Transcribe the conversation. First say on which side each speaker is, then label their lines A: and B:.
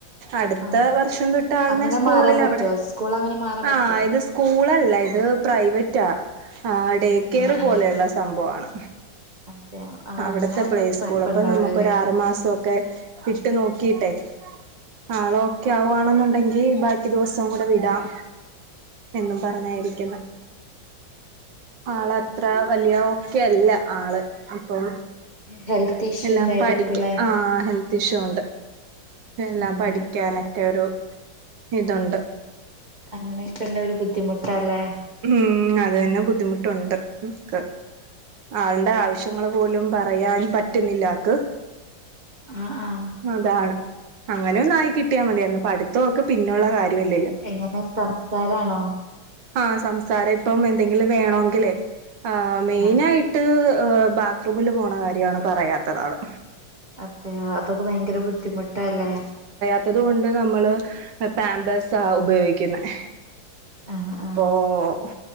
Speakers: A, on the right; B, on the right.
A: അടുത്ത
B: അതെ
A: വർഷം തൊട്ട് ആളിനെ
B: അങ്ങനെ
A: സ്കൂളിൽ
B: മാറാൻ പറ്റുവോ
A: അവിടെ
B: സ്കൂൾ അങ്ങനെ മാറാൻ പറ്റുവോ
A: ആഹ് ഇത് സ്കൂളല്ല ഇത് പ്രൈവറ്റാ ആഹ് ഡേക്കേർ
B: ആഹ്
A: പോലെയുള്ള
B: ആഹ്
A: സംഭവമാണ്
B: <unintelligible>
A: അവിടത്തെ
B: ആകുമ്പോ
A: പ്ലേ സ്കൂൾ
B: കൊഴപ്പണ്ടാവൂലല്ലേ
A: അപ്പൊ നമക്ക് ആറു മാസംക്കെ വിട്ടു നോക്കിട്ടെ ആള് ഓക്കെ ആവുവാണെന്നുണ്ടെങ്കിൽ ബാക്കി ദിവസവും കൂടെ വിടാം എന്നും പറഞ്ഞായിരിക്കുന്ന ആളത്ര വലിയ ഒക്കെയല്ല ആള് അപ്പം
B: ഹെൽത്ത് ഇഷ്യൂ
A: എല്ലാം
B: ഉണ്ടായിരിക്കൂലേ
A: പഠിക്ക ആഹ് ഹെൽത്ത് ഇഷ്യൂണ്ട് എല്ലാം
B: അതെയോ
A: പഠിക്കാനൊക്കെ ഒരു ഇതുണ്ട്
B: അങ്ങനെയൊക്കെ ഉള്ള ഒരു ബുദ്ധിമുട്ടാല്ലേ
A: ഉം അതന്നെ ബുദ്ധിമുട്ടു നമുക്ക് ആളുടെ ആവശ്യങ്ങൾ പോലും പറയാൻ പറ്റുന്നില്ല ആക്ക്
B: ആഹ് ആഹ്
A: അതാണ് അങ്ങനെന്നായി കിട്ടിയാൽ മതിയായിരുന്നു പഠിത്തവും ഒക്കെ പിന്നെള്ള കാര്യല്ലേ
B: എങ്ങനെ സംസാരാണോ
A: ആഹ് സംസാരം ഇപ്പം എന്തെങ്കിലും വേണോങ്കില് ആ മെയിനായി
B: ആ
A: ട്ട് ബാത്റൂമില് പോണ കാര്യമാണ് പറയാത്തതവള്.
B: അതെയോ അതൊക്കെ ഭയങ്കര ബുദ്ധിമുട്ടല്ലേ.
A: ത്തതു കൊണ്ട് നമ്മള് പാമ്പേഴ്സാ ഉപയോഗിക്കുന്നത്.
B: ആഹ് ആഹ്
A: ഓഹ്